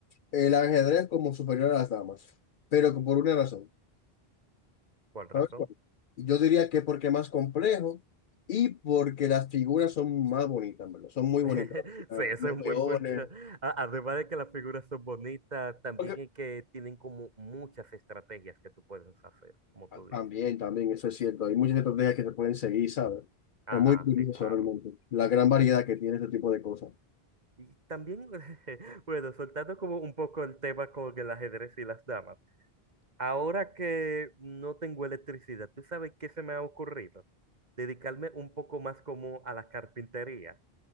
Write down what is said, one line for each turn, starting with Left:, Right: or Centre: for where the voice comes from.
Left: el ajedrez como superior a las damas, pero por una razón.
Right: ¿Cuál razón?
Left: ¿Sabes cuál? Yo diría que porque es más complejo y porque las figuras son más bonitas, en ¿verdad? Son muy
Right: <laughs>
Left: bonitas.
Right: Sí,
Left: Ah,
Right: ese es
Left: Los
Right: un
Left: peones.
Right: buen punto. A- Además de que las figuras son bonitas, también
Left: porque-
Right: es que tienen como muchas estrategias que tú puedes hacer, como tú
Left: ah,
Right: dices.
Left: También, también, eso es cierto. Hay muchas estrategias que se pueden seguir, ¿sabes?
Right: Ajá,
Left: Es muy curioso
Right: sí, claro.
Left: realmente la gran variedad que tiene este tipo de cosas.
Right: Y también, <laughs> bueno, soltando como un poco el tema con el ajedrez y las damas. Ahora que no tengo electricidad, ¿tú sabes qué se me ha ocurrido? Dedicarme un poco más como a la carpintería.